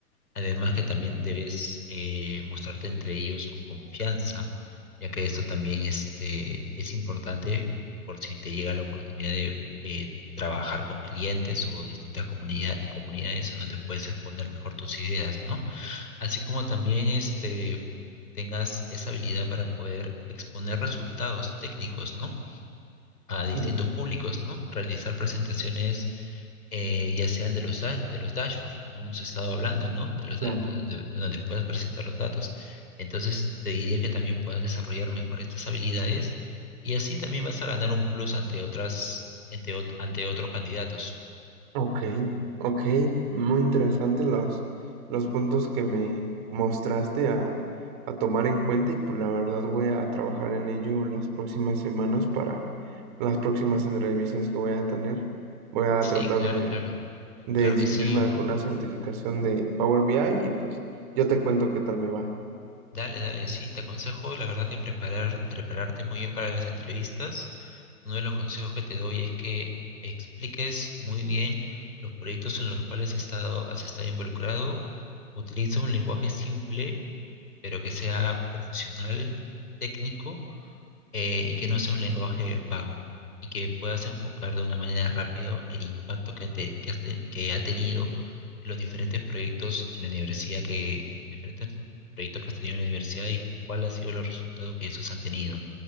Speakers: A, on the left; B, on the right.
A: Además que también debes eh, mostrarte entre ellos con confianza, ya que esto también este, es importante por si te llega la oportunidad de eh, trabajar con clientes o distintas comunidad- comunidades en donde puedes exponer mejor tus ideas, ¿no? así como también este, tengas esa habilidad para poder exponer resultados técnicos, ¿no? A distintos
B: ya,
A: públicos, ¿no? Realizar presentaciones, eh, ya sean de los, da- de los dashboards, como hemos estado hablando, ¿no? De los
B: claro.
A: dashboards donde, donde puedas presentar los datos. Entonces, te diría que también puedas desarrollar mejor estas habilidades y así también vas a ganar un plus ante otras, ante, ot- ante otros candidatos.
B: Ok, ok, muy interesantes los, los puntos que me mostraste a, a tomar en cuenta y pues la verdad voy a trabajar en ello las próximas semanas para las próximas entrevistas que voy a tener. Voy a
A: Sí,
B: tratar
A: claro,
B: de,
A: claro.
B: de
A: Claro
B: inscribirme
A: que sí.
B: a alguna certificación de Power BI y pues yo te cuento qué tal me va.
A: Dale, dale, sí, te aconsejo, la verdad que preparar, prepararte muy bien para las entrevistas. Uno de los consejos que te doy es que expliques muy bien los proyectos en los cuales has estado, has estado involucrado. Utiliza un lenguaje simple, pero que sea profesional, técnico eh, y que no sea un lenguaje vago y que puedas enfocar de una manera rápido el impacto que, han que, has te- que ha tenido los diferentes proyectos en la universidad que diferentes proyectos que has tenido en la universidad y cuál ha sido los resultados que esos han tenido